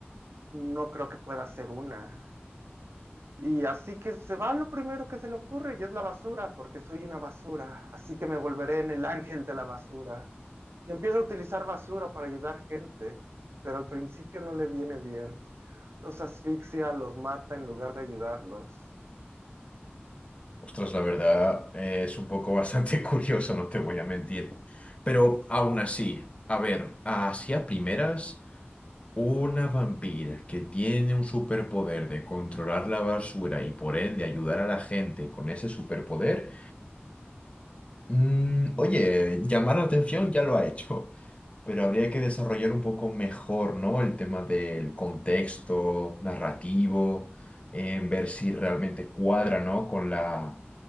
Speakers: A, on the right; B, on the left.
A: no creo que pueda ser una. Y así que se va lo primero que se le ocurre y es la basura, porque soy una basura, así que me volveré en el ángel de la basura. Y empieza a utilizar basura para ayudar gente, pero al principio no le viene bien. Los asfixia, los mata en lugar de ayudarlos.
B: Ostras, la verdad eh, es un poco bastante <laughs> curioso, no te voy a mentir. Pero aún así, a ver, así a primeras, una vampira que tiene un superpoder de controlar la basura y por ende ayudar a la gente con ese superpoder. Mm, oye, llamar la atención ya lo ha hecho, <laughs> pero habría que desarrollar un poco mejor, ¿no? El tema del contexto narrativo, en ver si realmente cuadra, ¿no? Con la,